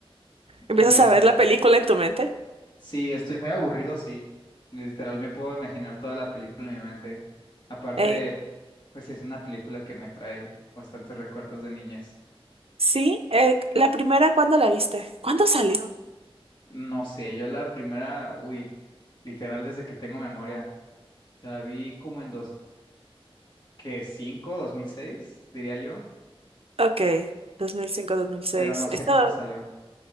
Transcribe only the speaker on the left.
Podría
ser.
Sí, estoy muy aburrido, sí. Literal, me puedo imaginar toda la película en mi mente. Aparte,
pues sí, es una película que me trae bastantes recuerdos de niñez.
No sé, yo la primera, uy, literal desde que tengo memoria. La vi como en que cinco dos mil seis diría yo,
pero no sé
cuándo salió.